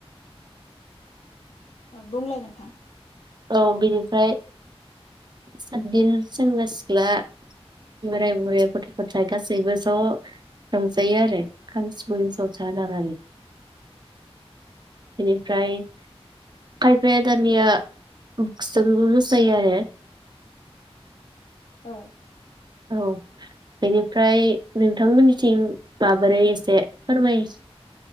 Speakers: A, on the left; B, on the right.
A: बुंलाय नोंथां
B: औ बिनिफ्राय सातदिन सेंग्रा सिख्ला बोराय बुरै गथ' गथायाइ गासैबो ज' रंजायो आरो खाम सिफुं जाथा लानानै बेनिफ्राय खायफायादानिया बसजों मोसायो आरो
A: औ
B: औ बेनिफ्राय नोंथांमोननिथिं माबोरै एसे फोरमाय